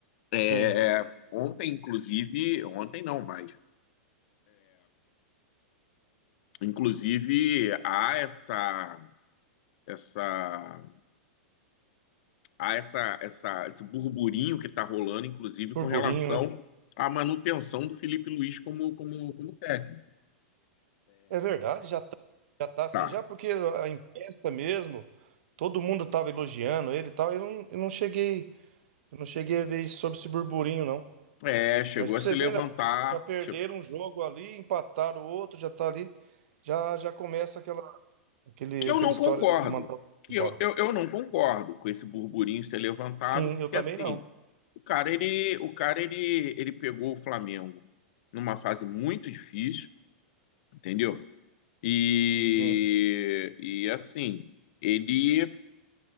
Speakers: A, on the left; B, on the right.
A: É,
B: Sim,
A: ontem, inclusive, ontem não, mas inclusive há essa essa há essa, essa esse burburinho que está rolando, inclusive,
B: burburinho,
A: com relação
B: né?
A: à manutenção do Felipe Luiz como como como técnico.
B: É verdade, já tá, já tá assim,
A: Tá.
B: já porque a imprensa mesmo, todo mundo tava elogiando ele e tal, eu não, eu não cheguei, eu não cheguei a ver isso sobre esse burburinho, não.
A: É, chegou
B: Mas pra
A: a se
B: você
A: levantar,
B: ver, né? Já perderam
A: chegou,
B: um jogo ali, empataram o outro, já tá ali. Já, já começa aquela, aquele,
A: que eu
B: aquela
A: não
B: história
A: concordo,
B: de de mandar o time
A: que
B: embora.
A: eu, eu, eu não concordo com esse burburinho ser levantado,
B: Sim,
A: porque
B: eu também
A: assim,
B: não.
A: o cara ele, o cara ele, ele pegou o Flamengo numa fase muito difícil, entendeu? E,
B: Sim.
A: e assim, ele